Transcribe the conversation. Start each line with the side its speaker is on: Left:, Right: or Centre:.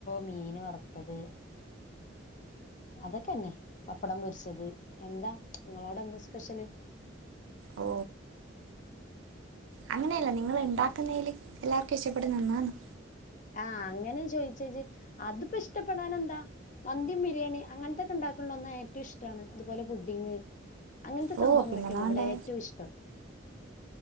Left: മീൻ വറുത്തത് അതൊക്കെന്നെ പപ്പടം പൊരിച്ചത് എന്താ നിങ്ങളോടെ എന്താ സ്പെഷ്യല്
Right: ഓ അങ്ങനെയല്ല നിങ്ങള് ഉണ്ടാക്കുന്നതില് എല്ലാർക്കും ഇഷ്ടപ്പെടുംന്നത് എന്നാന്ന്
Left: ആഹ അങ്ങനെ ചോയിച്ചേജി അതിപ്പോ ഇഷ്ടപ്പെടാന എന്താ മന്തിം ബിരിയാണി അങ്ങനത്തൊക്കെ ഉണ്ടാക്കണ ഒന്ന ഏറ്റവും ഇഷ്ടമാണ് അതുപോലെ പുഡിങ് അങ്ങനത്തെ
Right: ഓ
Left: സംഭവങ്ങളൊക്കെയാണ്
Right: പിന്നെന്നാ വേണ്ടേ
Left: ഇവിടെ ഏറ്റവും ഇഷ്ടം